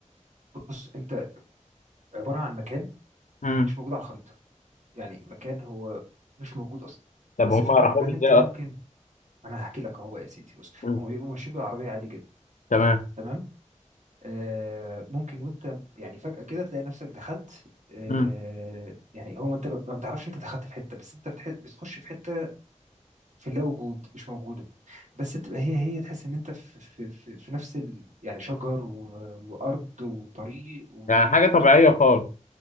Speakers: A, on the right; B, on the left.
A: بص انت عبارة عن مكان
B: مم.
A: مش موجود على الخريطة يعني مكان هو مش موجود اصلا
B: طب
A: بس
B: هما
A: الفكرة
B: راحوا
A: كلها
B: له
A: ان انت
B: ازاي
A: ممكن
B: اصلا
A: انا هحكي لك اهو بقى يا سيدي بص
B: مم.
A: هم بيبقوا ماشيين بالعربية عادي جدا
B: تمام
A: تمام آه، ممكن وانت يعني فجأة كده تلاقي نفسك دخلت آه،
B: مم.
A: يعني هو انت ما بتعرفش انت دخلت في حتة بس انت بتح- بتخش في حتة في اللا وجود مش موجودة بس بتبقى هي هي تحس ان انت في في في, في نفس ال يعني شجر و- وارض وطريق وبيوت
B: يعني حاجه طبيعيه
A: و...
B: خالص